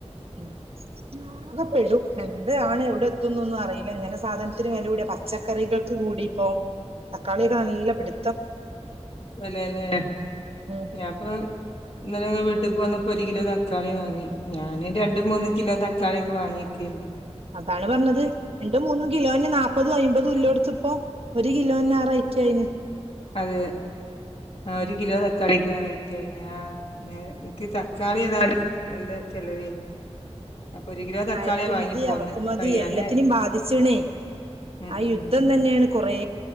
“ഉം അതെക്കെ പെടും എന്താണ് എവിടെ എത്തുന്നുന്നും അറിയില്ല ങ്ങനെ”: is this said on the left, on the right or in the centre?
Right